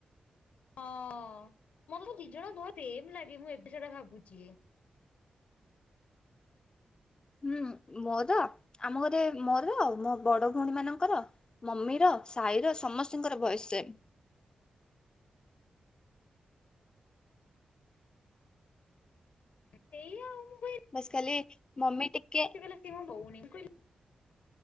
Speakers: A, on the left; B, on the left.
A: ହଁ ମତେ ଦି ଜଣ ସେମ୍ ଲାଗେ, ମୁଁ ଏବେ ସେଟା ଭାବୁଛି।
B: ହୁଁ ମୋର ଆମ ଘରେ ମୋର ମୋ ବଡ ଭଉଣୀ ମାନଙ୍କର ମମି ର ସାହି ର ସମସ୍ତଙ୍କର ଭଏସ୍ ଶେମ।
A: ସେଇୟା ମୁ କହି
B: ବାସ୍ ଖାଲି ମମି ଟିକେ
A: ମତେ କହିଲା ସିଏ ମୋ ଭଉଣୀ ମୁଁ କହିଲି